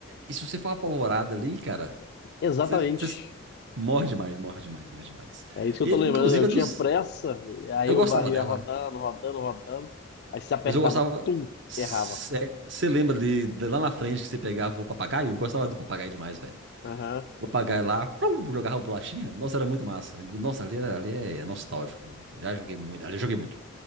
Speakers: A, on the right (about 55°); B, on the left (about 50°).
A: E se você for apavorado ali, cara,
B: Exatamente.
A: você, você morre demais, morre demais, morre demais.
B: É isso que
A: E,
B: eu tô
A: inclusive,
B: lembrando. Eu tinha
A: a dos.
B: pressa, aí
A: Eu gostava
B: o barril
A: dela.
B: ia rodando, rodando, rodando. Aí você apertava,
A: Mas eu gostava.
B: tum,
A: Você
B: errava.
A: lembra ali, de lá na frente, que você pegava o papagaio? Eu gostava do papagaio demais, velho.
B: Aham.
A: O papagaio lá, plum, jogava bolachinha. Nossa, era muito massa. Nossa, ali, era, ali é nostálgico, viu? Já joguei muito. Ali eu joguei muito.